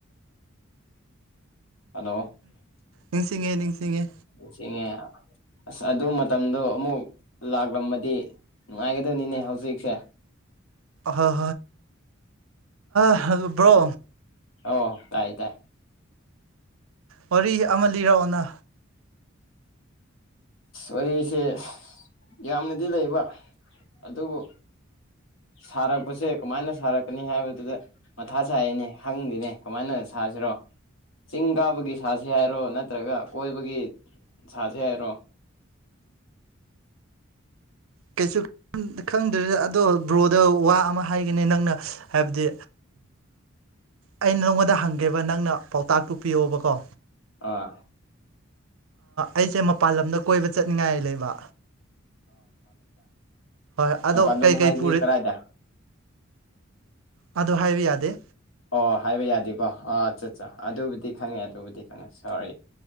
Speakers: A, on the left; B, on the right.
A: ꯍꯜꯂꯣꯉ
B: ꯅꯤꯡꯁꯤꯡꯉꯦ ꯅꯤꯡꯁꯤꯡꯉꯦ
A: ꯑꯁ ꯑꯗꯨ ꯃꯇꯝꯗꯣ ꯑꯃꯨꯛ ꯂꯥꯛꯂꯝꯕꯗꯤ ꯍꯥꯏꯦꯗꯦꯅꯤꯅꯦ ꯍꯧꯁꯤ ꯏꯁꯦ
B: ꯍꯣꯏ ꯍꯣꯏ ꯕ꯭ꯔꯣ
A: ꯑꯣ ꯇꯥꯏ ꯇꯥꯏ
B: ꯋꯥꯔꯤ ꯑꯃ ꯂꯤꯔꯛꯑꯣꯅ
A: ꯋꯥꯔꯤꯁꯦ ꯌꯥꯝꯅꯗꯤ ꯂꯩꯕ ꯑꯗꯨꯕꯨ ꯁꯥꯔꯛꯄꯁꯦ ꯀꯃꯥꯏꯅ ꯁꯥꯔꯛꯀꯅꯤ ꯍꯥꯏꯕꯗꯨꯗ ꯃꯊꯥ ꯆꯥꯏꯅꯦ ꯍꯪꯗꯦꯅꯦ ꯀꯃꯥꯏꯅ ꯁꯥꯁꯤꯔꯣ ꯆꯤꯡ ꯀꯥꯕꯒꯤ ꯁꯥꯁꯤ ꯍꯥꯏꯔꯣ ꯅꯠꯇ꯭ꯔꯒ ꯀꯣꯏꯕꯒꯤ ꯁꯥꯁꯤ ꯍꯥꯏꯔꯣ
B: ꯀꯩꯁꯨ ꯈꯪꯗ꯭ꯔꯦꯗ ꯑꯗꯣ ꯕ꯭ꯔꯣꯗ ꯋꯥ ꯑꯃ ꯍꯥꯏꯒꯅꯤ ꯅꯪꯅ ꯍꯥꯏꯕꯗꯤ ꯑꯩ ꯅꯪꯣꯟꯗ ꯍꯪꯒꯦꯕ ꯅꯪꯅ ꯄꯥꯎꯇꯥꯛꯇꯨ ꯄꯤꯌꯣꯕꯀꯣ
A: ꯑꯥ
B: ꯑꯩꯁꯦ ꯃꯄꯥꯟ ꯂꯝꯗ ꯀꯣꯏꯕ ꯆꯠꯅꯤꯡꯉꯥꯏ ꯂꯩꯕ ꯍꯣꯏ ꯑꯗꯣ
A: ꯍ ꯄꯂꯝ
B: ꯀꯩꯀꯩ
A: ꯍꯥꯏꯥꯏꯗ
B: ꯄꯨꯔ
A: ꯀꯥꯏꯗ
B: ꯑꯗꯣ ꯍꯥꯏꯕ ꯌꯥꯗꯦ
A: ꯑꯣ ꯍꯥꯏꯕ ꯌꯥꯗꯦꯀꯣ ꯑ ꯆꯠ ꯑꯗꯨꯕꯨꯗꯤ ꯈꯪꯉꯦ ꯑꯗꯨꯕꯨꯗꯤ ꯈꯪꯉꯦ ꯁꯣꯔꯤ